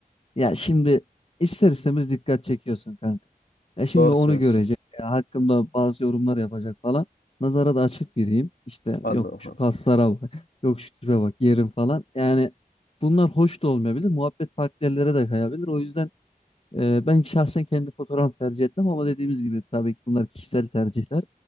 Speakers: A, on the left; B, on the left.
A: Ya şimdi ister istemez dikkat çekiyorsun kanka. Ya şimdi
B: Doğru
A: onu
B: söylüyorsun.
A: görecek. Ya hakkımda bazı yorumlar yapacak falan. Nazara da açık biriyim. İşte
B: Anladım
A: yok şu
B: kanka.
A: kaslara bak. <laughs> Yok şu tipe bak yerim falan. Yani bunlar hoş da olmayabilir. Muhabbet farklı yerlere de kayabilir. O yüzden e, ben şahsen kendi fotoğraf tercih etmem ama dediğimiz gibi tabii ki bunlar kişisel tercihler.